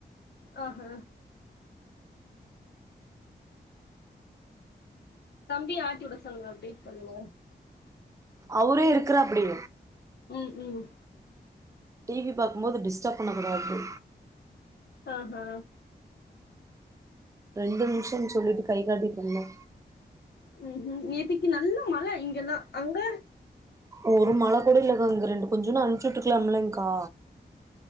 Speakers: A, on the left; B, on the right.
A: ஆஹ தம்பிய ஆட்டிவுட சொல்லுங்க அப்டி கொஞ்ச நேரோ
B: அவுரே இருக்கறாப்டி
A: ம் ம்
B: டிவி பாக்கமோது டிஸ்டப் பண்ணக்கூாது
A: ஆஹ
B: ரெண்டு நிமிஷன் சொல்லிட்டு கை காட்டிட்டு வந்தே
A: ம் ஹூ நேத்திக்கு நல்லா மழ இங்கெல்லா அங்க
B: ஒரு மழ கூட இல்லக்கா இங்க ரெண்டு கொஞ்சோன்டு அனுச்சி உட்ரக்கலாம் இல்லைங்க்கா